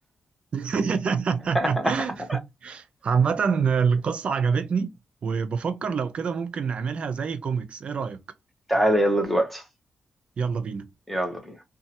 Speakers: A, on the right (about 50°); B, in the centre.
A: <laughs>
B: <laughs>
A: عامة القصة عجبتني وبفكر لو كده ممكن نعملها زي كوميكس ايه رأيك؟
B: تعالَ يالّا دلوقتي،
A: يلا بينا
B: يالّا بينا.